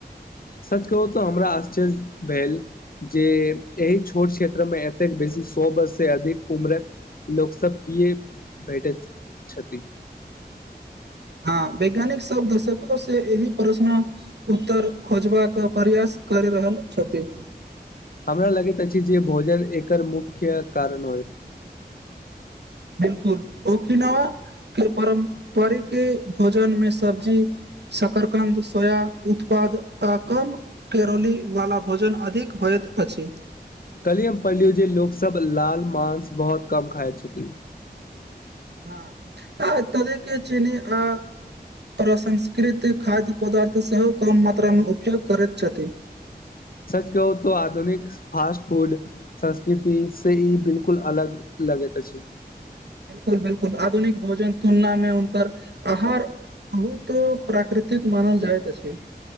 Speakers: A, on the left (about 60°); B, on the right (about 85°).
A: सच कहू तऽ हमरा आश्चर्य भेल जे एहि छोट क्षेत्र में एतेक बेसी सौ वर्ष से अधिक उम्रक। लोक सब किए भेठैत छथि
B: हँ वैज्ञानिक सब दसको से यही परोसना। उत्तर खोजबाक प्रयास करे रहल छथि
A: हमरा लगैत अछि जे भोजन एकर मुख्य कारण होयत।
B: बिल्कुल ओ किनावा केँ परम्परिकि भोजन में सब्जी। शकरकंद सोया उत्पाद ता कम केरोली वाला भोजन अधिक होयत अछि।
A: कहलियै हम पड़िलियौ जे लोकसभ लाल मांस बहुत कम खाइ छथि
B: हॅ <unintelligible> आ तद के चनी अ प्रसंस्कृत खाद्य पदार्थ सेहो कम मात्रा में करैत छथि
A: सच कहू तऽ आधुनिक फास्ट फूड संस्कृति से ई बिल्कुल अलग लगैत अछि।
B: बिल्कुल बिल्कुल आधुनिक भोजन तुलना में हुनकर आहार बहुतो प्राकृतिक मानल जाइत अछी